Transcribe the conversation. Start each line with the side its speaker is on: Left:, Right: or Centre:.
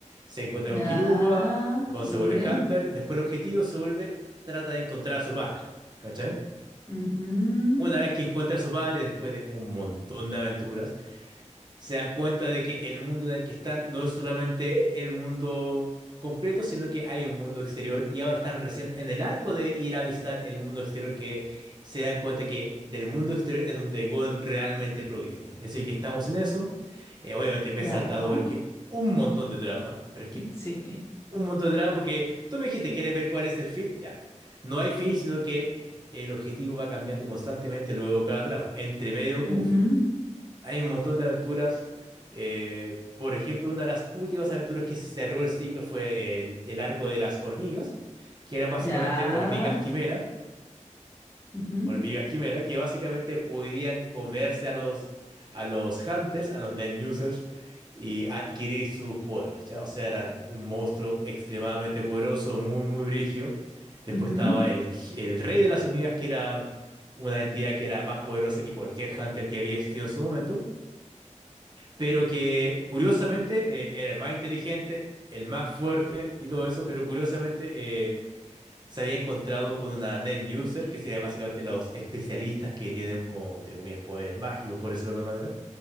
Right: Se encuentra
Left: Ya,
Right: con Killua, Gon
Left: sí.
Right: se vuelve Hunter, después el objetivo se vuelve, trata de encontrar a su padre, ¿cachai?
Left: ujú,
Right: Una vez que encuentra a su padre, después de un montón de aventuras, se dan cuenta de que el mundo en el que están no es solamente el mundo completo, sino que hay un mundo exterior y ahora están recién en el arco de ir a visitar el mundo exterior que se dan cuenta que del mundo exterior es donde Gon realmente proviene. Así que estamos en eso. Eh, obviamente me
Left: Ya.
Right: he saltado, pero es que un montón de drama, pero es que
Left: <laughs> Sí.
Right: un montón de drama porque tú me dijiste, ¿quieres ver cuál es el fin? Ya. No hay fin, sino que el objetivo va cambiando constantemente luego cada trama. Entre medio,
Left: Ujú,
Right: uff. Hay un montón de aventuras. eh, por ejemplo, una de las últimas aventuras que cerró el siglo fue el, el arco de las hormigas, que eran básicamente
Left: Ya.
Right: hormigas quimera,
Left: ujú,
Right: hormigas quimera, que básicamente podían comerse a los, a los hunters, a los net users, y adquirir sus poderes, ¿ya? O sea, eran un monstruo extremadamente poderoso, muy, muy brigio. Después
Left: ujú.
Right: estaba el, el rey de las hormigas, que era una entidad que era más poderosa que cualquier hunter que había existido en su momento pero que curiosamente eh, era el más inteligente, el más fuerte y todo eso, pero curiosamente eh, se había encontrado con una net user, que sería básicamente los especialistas que tienen como, entre comillas, poderes mágicos, por decirlo de alguna manera,